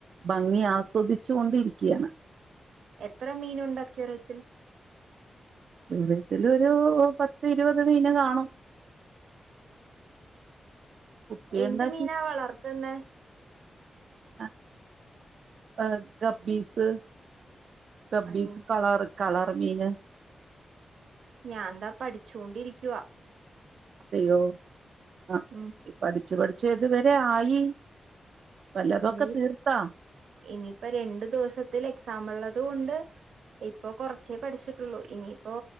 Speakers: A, on the right; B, on the right.
A: ഭംഗി ആസ്വദിച്ചു കൊണ്ടിരിക്കയാണ്
B: എത്ര മീനുണ്ട് അക്വേറിയത്തിൽ
A: ക്വാറത്തിലൊരു പത്തിരുപത് മീന് കാണും കുട്ടി
B: എന്ത്
A: എന്താ
B: മീനാ വളർത്തുന്നേ
A: ആ ആ കബ്ബീസ് കബ്ബീസ്
B: ഉം
A: കളറ് കളറ് മീന്
B: ഞാനെന്താ പഠിച്ചോണ്ടിരിക്കാ
A: അതെയോ അ ഇ പഠി
B: ഉം
A: പഠിച്ച് പഠിച്ച് എതുവരെ ആയി വല്ലതൊക്കെ
B: ഇനി
A: തീർത്താ
B: ഇനിപ്പ രണ്ട് ദിവസത്തിലേ എക്സാമുള്ളൂ അതുകൊണ്ട് ഇപ്പം കൊറച്ചേ പഠിച്ചിട്ടുള്ളൂ ഇനിപ്പോ